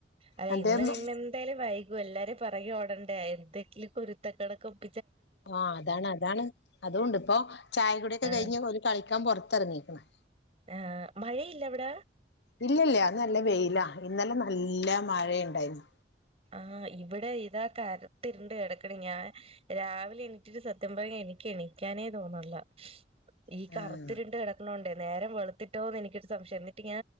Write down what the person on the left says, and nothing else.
അന്റെ
ആഹ് അതാണ് അതാണ് അതുണ്ട് പ്പൊ ചായ കുടിക്കെ
കഴിഞ്ഞ് ഒരു കളിക്കാൻ പൊറത്തെറങ്ങി ക്ക <inaudible>
ഇല്ല്യല്ല്യ ഇന്ന് നല്ല വെയില ഇന്നലെ നല്ല മഴെണ്ടായിരുന്നു
ആഹ്